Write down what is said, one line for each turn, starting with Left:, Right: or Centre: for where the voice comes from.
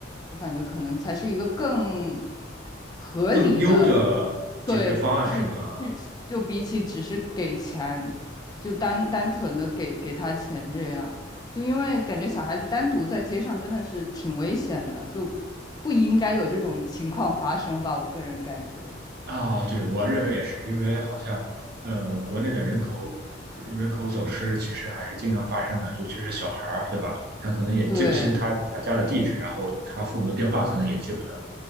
Left: 我感觉可能才是一个更合理的，
Right: 更优的解决方案是吗？
Left: 对，去去就比起只是给钱，就单单纯的给给他钱这样，就因为感觉小孩子单独在街上真的是挺危险的，就不应该有这种情况发生吧，我个人感觉，
Right: 啊，对，我认为也是，因为好像呃，国内的人口人口走失其实还是经常发生的，尤其是小孩儿，对吧？他可能也记不清他他家的地址，
Left: 对，
Right: 然后他父母的电话可能也记不得。